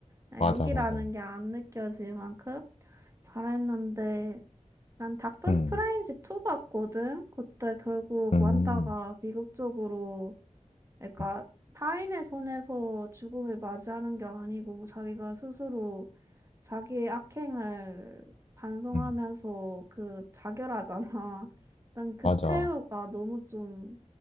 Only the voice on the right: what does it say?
아,
연기라는
게 안 느껴질 만큼 잘했는데, 난 닥터
스트레인지 2 봤거든? 그때 결국
완다가 미국 쪽으로, 그러니까
타인의 손에서 죽음을 맞이하는 게 아니고 자기가 스스로 자기의 악행을 반성하면서
그 자결하잖아. <laughs> 난 그
최후가 너무 좀